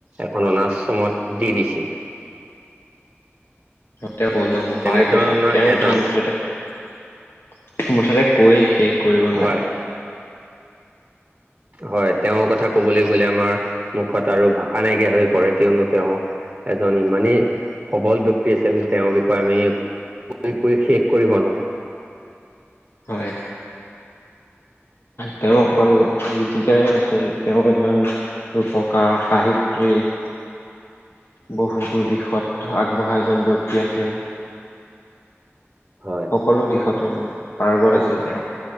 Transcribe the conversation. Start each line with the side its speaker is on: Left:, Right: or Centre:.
Right: এখন অনাশ্ৰমত দি দিছিল। <inaudible>
Left: তেওঁ বহুত মানুহক
Right: তেনেধৰণৰ
Left: সহায় কৰিছে তেওঁৰ
Right: এজন
Left: ঠাই মুঠতে মুঠতে কৈ শেষ কৰিব নোৱাৰি।
Right: হয় হয়, তেওঁৰ কথা কবলৈ গ'লে আমাৰ মুখত আৰু ভাষা নাইকিয়া হৈ পৰে কিয়নো তেওঁ এজন ইমানেই সবল ব্যক্তি আছিল তেওঁৰ বিষয়ে আমি কৈ-কৈ শেষ কৰিব নোৱাৰো। <inaudible>
Left: হয়।
Right: <inaudible>
Left: তেওঁ অকল গীতিকাৰে নাছিল তেওঁ এজন ৰূপকাৰ, সাহিত্যিক
Right: <inaudible>
Left: বহুতো দিশত আগবঢ়া এজন ব্যক্তি আছিল।
Right: হয়
Left: সকলো দিশতে পাৰ্গত
Right: আৰু
Left: আছিল তেওঁ।